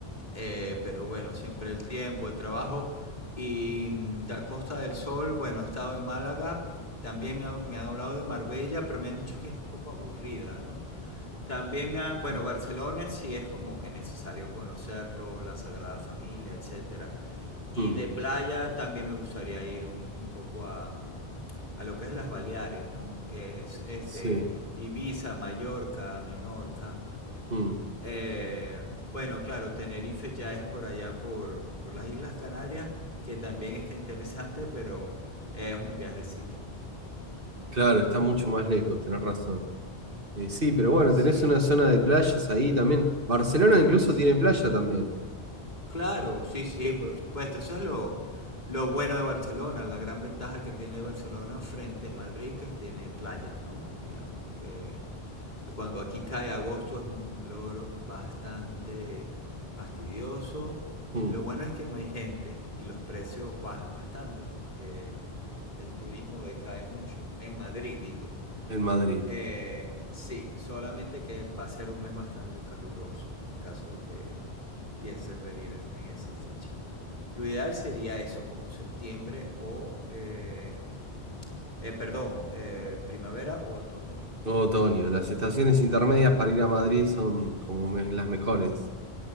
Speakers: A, on the left (about 45°); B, on the right (about 55°).
A: Eh, pero bueno, siempre el tiempo, el trabajo. Y mm, de a Costa del Sol, bueno, he estado en Málaga, también me, ha- me han hablado de Marbella, pero me han dicho que es un poco aburrida, ¿no? También me han, bueno,
B: Mm,
A: Barcelona sí es como que necesario conocerlo, la Sagrada Familia, etcétera. Y
B: mm,
A: de playa también me gustaría ir un, un poco a, a lo que es las Baleares, ¿no? Que es este
B: sí,
A: Ibiza, Mallorca, Menorca.
B: mm.
A: Eh, bueno, claro, Tenerife ya es por allá por, por las Islas Canarias, que también está interesante, pero es un viajecito.
B: Claro, está mucho más lejos, tenés razón. Eh, sí, pero bueno,
A: Sí.
B: tenés una zona de playas ahí también. Barcelona incluso
A: S-
B: tiene playa también,
A: Claro, sí, sí, por supuesto. Eso es lo, lo bueno de Barcelona, la gran ventaja que tiene Barcelona frente a Madrid, que tiene playa, ¿no? Digamos que Cuando aquí cae agosto es un calor bastante fastidioso.
B: mm,
A: Lo bueno es que no hay gente y los precios bajan bastante porque el turismo decae mucho. En Madrid, digo.
B: en Madrid.
A: Eh, sí, solamente que va a ser un mes bastante caluroso en caso de que pienses venir en en esa fecha. Lo ideal sería eso, como septiembre o, eh, eh, perdón, eh, primavera u otoño.
B: Todo otoño. Las estaciones intermedias para ir a Madrid son como me- las mejores.